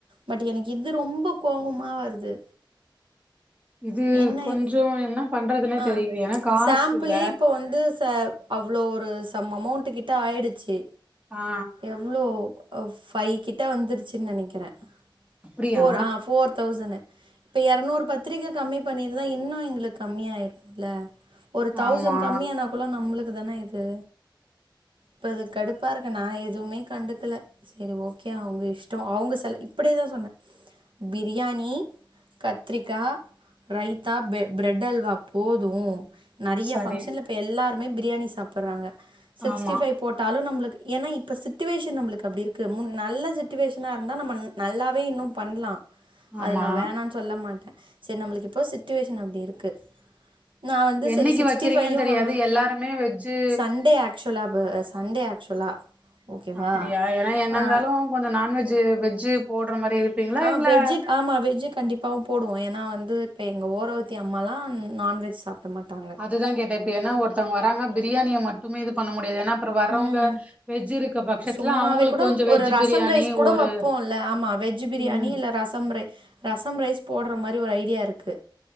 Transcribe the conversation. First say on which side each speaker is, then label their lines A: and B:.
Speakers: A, on the right; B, on the right.
A: பட் எனக்கு இது ரொம்ப கோவமா வருது
B: இது
A: என்ன
B: கொஞ்சோ
A: இது
B: என்ன பண்றதுன்னே
A: ஆ
B: தெரில ஏனா காசுல
A: சாம்பிளே இப்போ வந்து ச அவ்ளோ ஒரு சம் அமவுண்ட்டு கிட்ட ஆயிடுச்சு
B: ஆ
A: இவ்ளோ ஃபைவ் கிட்ட வந்துருச்சுன் நெனைக்கிறே
B: அப்படியா
A: ஃபோர் ஆ ஃபோர் தௌசனு இப்ப எரநூறு பத்திரிக்க கம்மி பண்ணிருந்தா இன்னு எங்களுக்கு கம்மியாயிருக்குல ஒரு தௌசண்ட்
B: ஆமா
A: கம்மியானா குள்ள நம்மளுக்கு தான இது இப்ப இது கடுப்பாருக்கு நா எதுவுமே கண்டுக்கல செரி ஓகே அவுங்க இஷ்டோ அவுங்க செல இப்டியே தா சொன்னே பிரியாணி கத்ரிக்கா ரைத்தா பிர பிரெட் அல்வா போது நெறையா
B: சரி
A: ஃபங்க்ஷன்ல இப்ப எல்லாருமே பிரியாணி சாப்பிடுறாங்க சிக்ஸ்டி
B: ஆமா
A: ஃபைவ் போட்டாலு நம்மளுக்கு ஏனா இப்ப சுச்சவேஷன் நம்மளுக்கு அப்டி இருக்கு முன் நல்ல சுச்சவேஷனா இருந்தா நம்ம நல்லாவே இன்னு பண்லா
B: ஆமா
A: அது நா வேணானு சொல்ல மாட்டே செரி நம்மளுக்கு இப்போ சுச்சுவேஷன் அப்டி இருக்கு நா வந்து
B: என்னைக்கு
A: செரி சிக்ஸ்டி
B: வைக்கிறீங்கன்னு
A: ஃபையு
B: தெரியாது
A: வேணா
B: எல்லாருமே வெஜ்ஜு
A: சண்டே ஆக்சுவலா வ சண்டே ஆக்சுவலா ஓகேவா
B: அப்டியா ஏனா என்னா
A: ஆ
B: இருந்தாலு கொஞ்சோ நான்வெஜ்ஜு வெஜு போட்ற மாரி இருப்பீங்களா
A: ஆ
B: இல்ல
A: வெஜு ஆமா வெஜ்ஜு கண்டிப்பாவு போடுவோ ஏனா வந்து இப்ப எங்க ஓரவத்தி அம்மாலா நான்வெஜ் சாப்ட மாட்டாங்க
B: அதுதா கேட்டே ஏனா இப்ப ஒருத்தங்க வராங்க பிரியாணிய மட்டுமே இது பண்ண முடியாது ஏனா அப்றோ வரறவங்க
A: ம்
B: வெஜ் இருக்க பட்சத்துல
A: சும்மாவே
B: அவுங்களுக்கு
A: கூட
B: கொஞ்ச வெஜ்
A: ஒரு ரசம்
B: பிரியாணி
A: ரைஸ் கூட
B: ஒரு
A: வப்போல்ல ஆமா வெஜ் பிரியாணி
B: ம்
A: இல்ல ரசம் ரை ரசம் ரைஸ் போடுற மாதிரி ஒரு ஐடியா இருக்கு